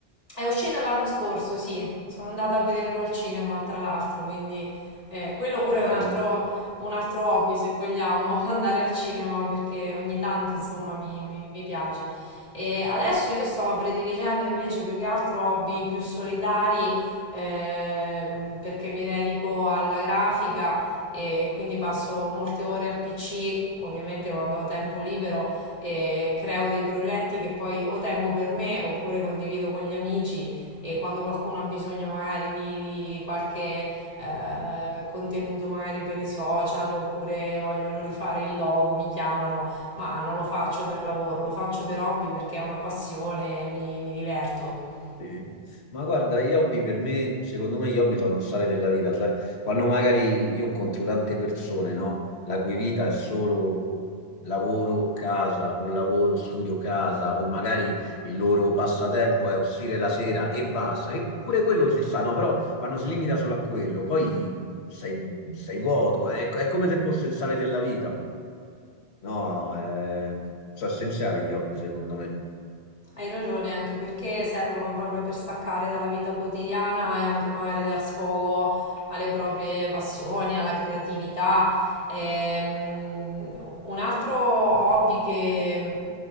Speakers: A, on the left; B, on the left.
A: è uscito l'anno scorso, sì, sono andata a vederlo al cinema, tra l'altro, quindi eh, quello pure
B: Bello.
A: è un altro, un altro hobby, se vogliamo, <laughs> andare al cinema, perché ogni tanto, insomma, mi, mi- mi piace. E adesso io sto prediligendo invece più che altro hobby più solitari, ehm, perché mi dedico alla grafica e quindi passo molte ore al PC, ovviamente quando ho tempo libero eh, creo dei progetti che poi o tengo per me oppure condivido con gli amici e quando qualcuno ha bisogno magari di, di qualche eh, contenuto magari per i social oppure vogliono rifare il logo, mi chiamano, ma non lo faccio per lavoro, lo faccio per hobby perché è una passione, mi, mi diverto.
B: Sì. Ma guarda, gli hobby per me, secondo me gli hobby sono il sale della vita, sai? Quando magari io incontro tante persone, no? La cui vita è solo lavoro, casa, o lavoro, studio, casa, o magari il loro passatempo è uscire la sera e basta, che pure quello si sa, no? Però quando si limita solo a quello, poi sei, sei vuoto, eh? è, è come se fosse il sale della vita. No, è- sono essenziali gli hobby, secondo me.
A: Hai ragione, anche perché servono proprio per staccare dalla vita quotidiana e anche magari dar sfogo alle proprie passioni, alla creatività. Ehm, un altro hobby che,